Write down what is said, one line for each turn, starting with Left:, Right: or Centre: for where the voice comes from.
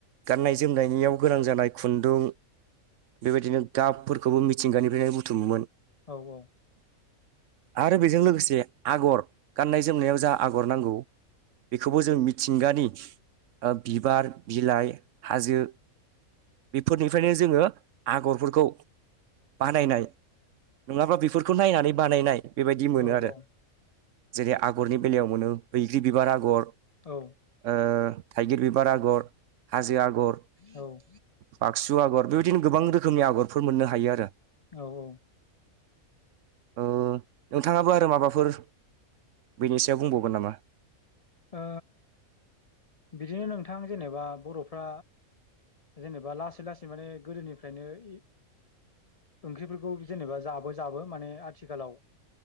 Right: गाननाय जोमनायनियाव गोनां जानाय खुन्दुं बेबायदिनो गाबफोरखौबो मिथिंगानिफ्रायनो बुथुमोमोन
Left: औ औ
Right: आरो बेजों लोगोसे आगर गाननाय जोमनायाव जा आगर नांगौ बेखौबो जों मिथिंगानि ओ बिबार, बिलाइ हाजो बेफोरनिफ्रायनो जोङो आगरफोरखौ बानायनाय नङाबा बेफोरखौ नायनानै बानायनाय बेबायदि
Left: औ
Right: मोनो आरो जेरै आ गरनि बेलायाव मोनो बैग्रि बिबार आगर
Left: औ
Right: ओ थाइगिर बिबार आगर हाजो आगर
Left: औ
Right: बाक सु आगर बेबायदिनो गोबां रोखोमनि आगरफोर मोननो हायो आरो
Left: औ औ
Right: ओ नोंथाङाबो आरो माबाफोर बेनि सायाव बुंबावगोन नामा?
Left: ओ बिदिनो नोंथां जेनेबा बर'फ्रा जेनेबा लासै लासै माने गोदोनिफ्रायनो इ ओंख्रिफोरखौ जेनेबा जाबो जाबो माने आथिखालाव